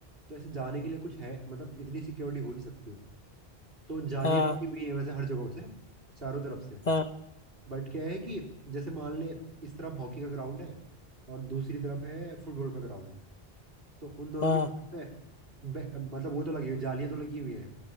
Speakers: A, on the right; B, on the left.
A: तो ऐसे जाने के लिए कुछ है मतलब इतनी सिक्योरिटी हो नहीं सकती तो जालियां
B: हाँ
A: लगी हुई है वैसे हर जगह से चारों तरफ से
B: हाँ
A: बट क्या है कि जैसे मान ले इस तरफ हॉकी का ग्राउंड है और दूसरी तरफ है फुटबॉल का ग्राउंड तो उन दोनों
B: हाँ
A: के बीच में बे- मतलब वो तो लगी हुई जालियां तो लगी हुई हैं